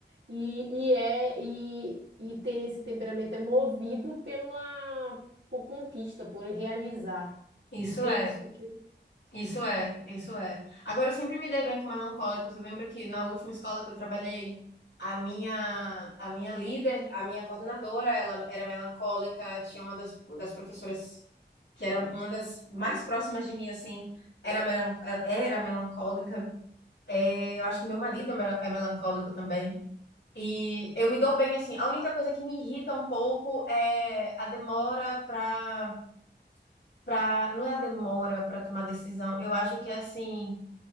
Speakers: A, on the right (about 80°); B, on the left (about 75°).
A: E, e é e, e tem esse temperamento é movido pela por conquista, por realizar.
B: Isso
A: Tu tem
B: é.
A: isso contigo?
B: Isso é, isso é. Agora, eu sempre me dei bem com melancólicos. Eu lembro que na última escola que eu trabalhei, a minha, a minha líder, a minha coordenadora, ela era melancólica. Tinha uma das, das professoras que era uma das mais próximas de mim, assim, era, melan- era melancólica. É, eu acho que meu marido é mel- é melancólico também. E eu me dou bem, assim. A única coisa que me irrita um pouco é a demora para. Pra, pra- não é a demora para tomar decisão. Eu acho que é assim.